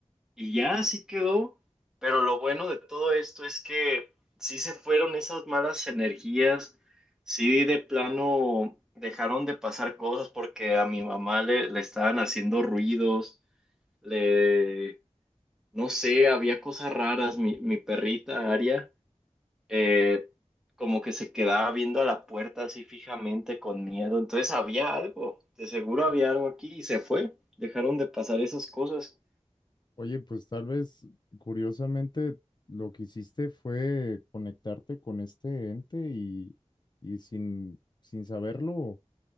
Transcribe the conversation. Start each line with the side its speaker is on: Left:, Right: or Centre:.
Centre: y ya así quedó. Pero lo bueno de todo esto es que sí se fueron esas malas energías, sí de plano dejaron de pasar cosas porque a mi mamá le, le estaban haciendo ruidos. Le, no sé, había cosas raras. Mi, mi perrita Aria, eh, como que se quedaba viendo a la puerta así fijamente con miedo. Entonces había algo, de seguro había algo aquí y se fue. Dejaron de pasar esas cosas.
Left: Oye, pues tal vez curiosamente lo que hiciste fue conectarte con este ente y, y sin, sin saberlo,